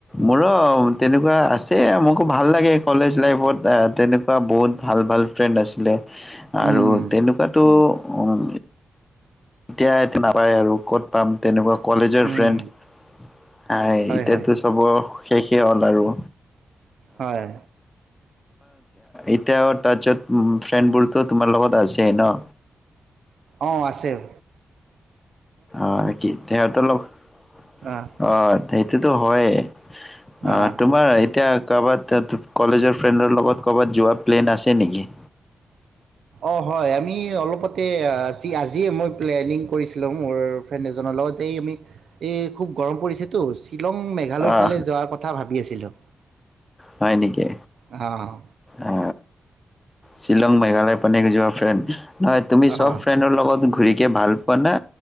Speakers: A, on the left; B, on the right.
A: মোৰো তেনেকোৱা আছে মোকো ভাল লাগে। কলেজ লাইফত তেনেকোৱা বহুত ভাল-ভাল ফ্ৰেণ্ড আছিলে। আৰু
B: উম উম
A: তেনেকোৱাতো উম এতিয়াটো নাপায় আৰু ক'ত পাম? তেনেকুৱা কলেজৰ ফ্ৰেণ্ড।
B: উম
A: আই
B: হয়
A: এতিয়াতো
B: হয়
A: চব শেষেই হ'ল আৰু।
B: হয়।
A: এতিয়া তাচত ফ্ৰেণ্ড বোৰ তো তোমা লগত আছেই ন?
B: অহ আছে। অহ
A: অহ কি তেহেতৰ লগত
B: অঁ
A: অহ সেইটোতো হয়ে। অহ
B: অঁ
A: তোমাৰ এতিয়া ক'বাত কলেজৰ ফ্ৰেণ্ডৰ লগত কৰ'বাত যোৱা প্লেন আছে নেকি?
B: অ হয় আমি অলপতে আজি আজিয়ে মই প্লেনিং কৰিছিলো মোৰ ফ্ৰেণ্ড এজনৰ লগত যে এই আমি এই খুব গৰম পৰিছেতো শ্বিলং মেঘালয়ৰ
A: অ',
B: ফালে যোৱাৰ কথা ভাবি আছিলোঁ।
A: হয় নেকি
B: অহ।
A: অ শ্বিলং মেঘালয় পানীক যোৱা ফ্ৰেণ্ড? নহয় তুমি
B: অঁ
A: চব ফ্ৰেণ্ডৰ লগত ঘূৰিকে ভাল পোৱা না,